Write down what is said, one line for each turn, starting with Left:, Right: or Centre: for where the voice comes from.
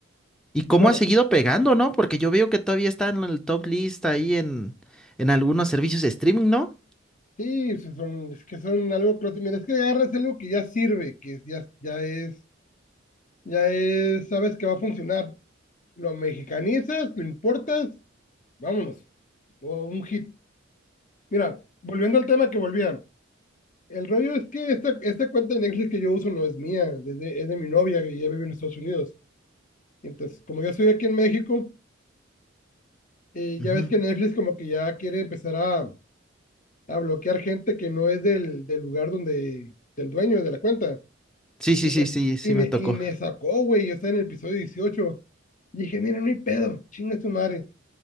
Centre: ¿Y cómo
Left: Bueno,
Centre: ha seguido pegando, no? Porque yo veo que todavía está en el top list ahí en, en algunos servicios de streaming, ¿no?
Left: sí, sí son, es que son algo clásico. Mira, es que agarras algo que ya sirve, que ya, ya es, ya es, sabes que va a funcionar. Lo mexicanizas, lo importas, vámonos. O un hit. Mira, volviendo al tema que volvía. El rollo es que esta, esta cuenta de Netflix que yo uso no es mía, desde, es de mi novia que ya vive en Estados Unidos. Entonces, como yo estoy aquí en México, eh,
Centre: Ujú.
Left: ya ves que Netflix como que ya quiere empezar a, a bloquear gente que no es del, del lugar donde, del dueño de la cuenta.
Centre: Sí, sí,
Left: Y
Centre: sí,
Left: me,
Centre: sí, sí
Left: y me,
Centre: me tocó.
Left: y me sacó, güey, yo estaba en el episodio dieciocho Dije, mira, no hay pedo, chinga tu madre.